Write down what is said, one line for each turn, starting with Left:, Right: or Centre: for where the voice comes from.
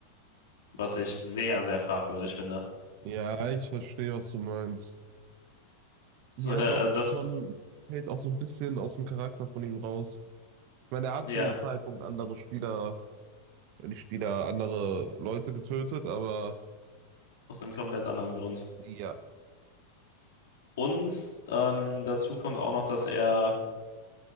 Left: Was ich
Right: das-
Left: sehr, sehr fragwürdig finde.
Right: Ja, ich verstehe, was du meinst. Ja,
Left: So, da,
Right: doch,
Left: also
Right: ist
Left: das,
Right: schon, hält auch so ein bisschen aus dem Charakter von ihm raus. Ich meine, er hat
Left: ja,
Right: zu dem Zeitpunkt andere Spieler, wenn nicht Spieler, andere Leute getötet, aber
Left: aus einem komplett anderen Grund.
Right: ja.
Left: Und ähm, dazu kommt auch noch, dass er